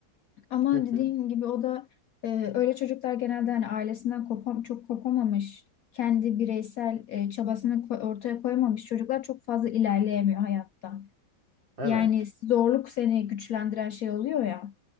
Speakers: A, on the left; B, on the right.
A: ama
B: Hı hı.
A: dediğin gibi o da e, öyle çocuklar genelde hani ailesinden kopam çok kopamamış, kendi bireysel e, çabasını ko- ortaya koymamış çocuklar çok fazla ilerleyemiyor hayatta.
B: Evet.
A: Yani zorluk seni güçlendiren şey oluyor ya.